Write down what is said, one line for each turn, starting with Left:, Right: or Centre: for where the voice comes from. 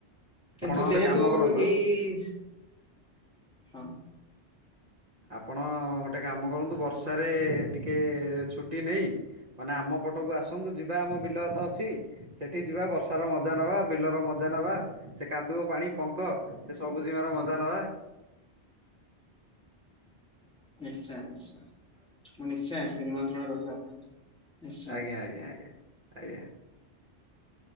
Centre: କିନ୍ତୁ
Right: ଆପଣ ଗୋଟେ
Centre: ଯେହେତୁ
Right: କାମ କରନ୍ତୁ
Centre: ଏଇ ହଁ।
Right: ଆପଣ ଗୋଟେ କାମ କରନ୍ତୁ ବର୍ଷାରେ ଟିକେ ଛୁଟି ନେଇ ମାନେ ଆମ ପଟକୁ ଆସନ୍ତୁ ଯିବା ଆମ ବିଲ ତ ଅଛି। ସେଠି ଯିବା ବର୍ଷା ର ମଜା ନବା, ବିଲର ମଜା ନବା। ସେ କାଦୁଅ, ପାଣି, ପଙ୍କ ସେ ସବୁଜିମାର ମଜା ନବା।
Centre: ନିଶ୍ଚୟ ନିଶ୍ଚୟ ମୁଁ ନିଶ୍ଚୟ ଆସିବି ନିମନ୍ତ୍ରଣ ରହିଲା ଆପଣଙ୍କର। ନିଶ୍ଚୟ
Right: ଆଜ୍ଞା, ଆଜ୍ଞା, ଆଜ୍ଞା, ଆଜ୍ଞା।